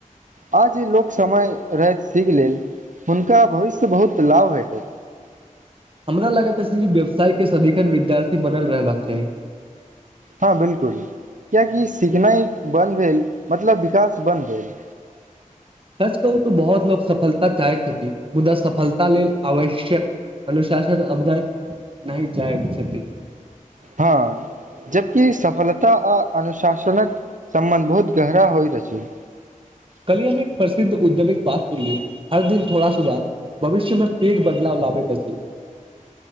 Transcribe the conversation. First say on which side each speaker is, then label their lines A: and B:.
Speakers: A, on the right; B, on the right.
A: आ जे लोक समय रहैत सीख लेल हुनका भविष्य बहुत लाभ भेटत।
B: हमरा लागैत अछि व्यवसायके सदिखन विद्यार्थी बनल रहबाक चाही।
A: हँ बिलकुल क्यकि सिखनाइ बन्द भेल मतलब विकास बन्द भेल।
B: सच कहू तऽ बहुत लोक सफलता चाहे छथि मुदा सफलता लेल आवश्यक अनुशासन अध नहि चाहे छथि।
A: हँ जबकि सफलता आ अनुशासनक समबन्ध बहुत गहरा होइत अछि।
B: कलियमे एक प्रसिद्ध उऔद्यमिक बात सुनलिय हर दिन थोड़ा सुधार भविष्यमे फेर बदलाव लाबैत अछि।